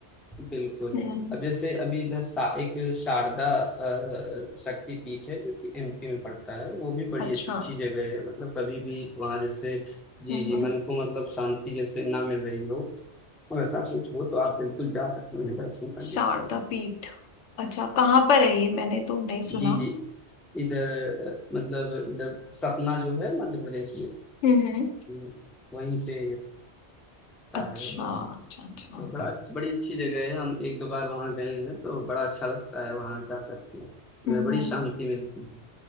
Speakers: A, in the centre; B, on the left.
A: बिल्कुल
B: हम्म
A: अब जैसे अभी इधर सा, एक शारदा अ, शक्ति पीठ है जो कि एमपी में पड़ता है वो भी बड़ी
B: अच्छा
A: अच्छी जगह है मतलब कभी भी वहां जैसे जी
B: हम्म
A: जी मन को मतलब शांति जैसे ना मिल रही हो और ऐसा कुछ हो तो आप बिल्कुल जा सकते हैं दर्शन करने
B: शारदा
A: के लिए
B: पीठ अच्छा कहाँ पर है ये मैंने तो नहीं सुना
A: जी जी इधर अ, मतलब इधर सतना जो है मध्य प्रदेश में
B: हम्म
A: अ, वहीं से है
B: अच्छा
A: धाम
B: अच्छा अच्छा
A: तो बड़ा बड़ी अच्छी जगह है हम एक दो बार वहाँ गए हैं तो बड़ा अच्छा लगता है वहाँ जा करके
B: हम्म
A: वे बड़ी शांति मिलती है